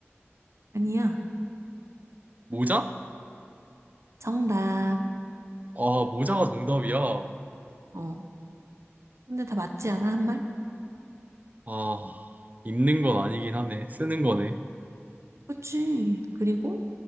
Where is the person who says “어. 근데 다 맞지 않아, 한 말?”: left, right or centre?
Right